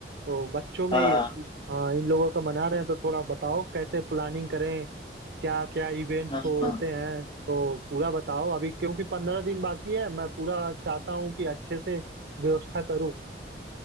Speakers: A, on the right; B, on the left.
A: तो बच्चों में
B: हाँ
A: ये-
B: हाँ
A: इस- हाँ इन लोगों का मना रहे हैं तो थोड़ा बताओ कैसे प्लानिंग करें क्या क्या इवेंट्स
B: हाँ
A: होते
B: हाँ।
A: हैं तो पूरा बताओ अभी क्योंकि पंद्रह दिन बाकी है मैं पूरा चाहता हूँ कि अच्छे से व्यवस्था करूँ